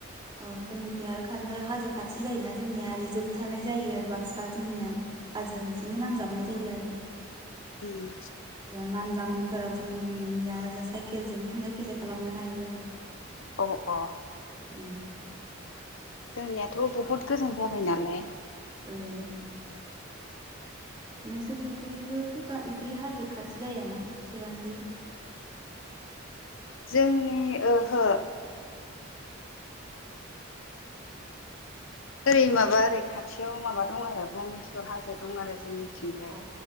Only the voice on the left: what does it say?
उम
अ अ
जोंनियाथ' बहुत गोजान जाबाय नालाय
जोंनि ओहो ओरै माबा ओरै खाथियाव माबा दं आरो भमेस्वर हाजो दं आरो जोंनिथिंजाय